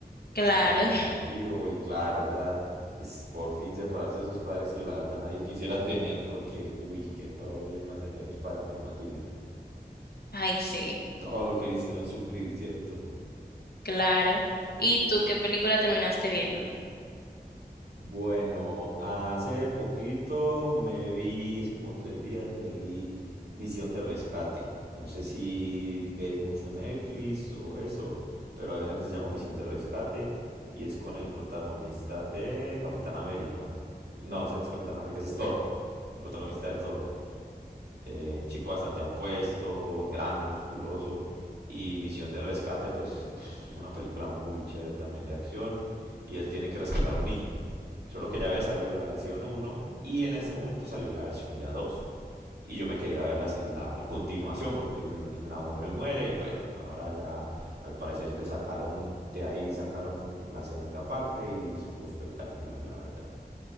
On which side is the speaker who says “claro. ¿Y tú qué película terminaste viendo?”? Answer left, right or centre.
Left